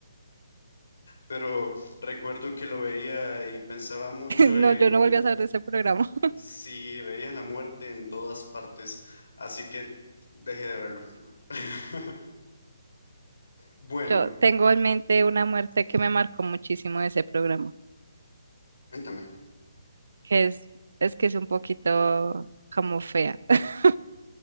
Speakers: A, on the left; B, on the right.
A: pero recuerdo que lo veía y pensaba mucho
B: <laughs> No,
A: en
B: yo no volví a saber de ese programa. <laughs>
A: si veía la muerte en todas partes, así que dejé de verlo. <laughs> Bueno,
B: Yo tengo en mente una muerte que me marcó muchísimo de ese programa.
A: cuéntame.
B: que es, es que es un poquito como fea. <laughs>